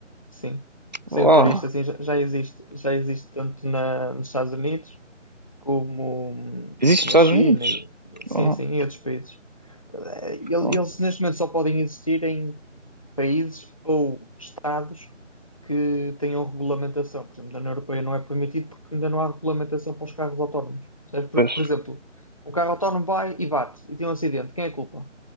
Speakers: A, on the left; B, on the right.
A: sim. Sem
B: Uau,
A: turista, assim, já, já existe, já existe tanto na, nos Estados Unidos como hum,
B: existe
A: na
B: nos Estados
A: China
B: Unidos?
A: e e- sim,
B: Uau,
A: sim, em outros países. Eh, el-
B: uau.
A: Eles neste momento só podem existir em países ou estados que tenham regulamentação. Por exemplo, na União Europeia não é permitido porque ainda não há regulamentação para os carros autónomos. Percebes? Por,
B: Pois,
A: por exemplo, o carro autónomo vai e bate e tem um acidente. Quem é a culpa?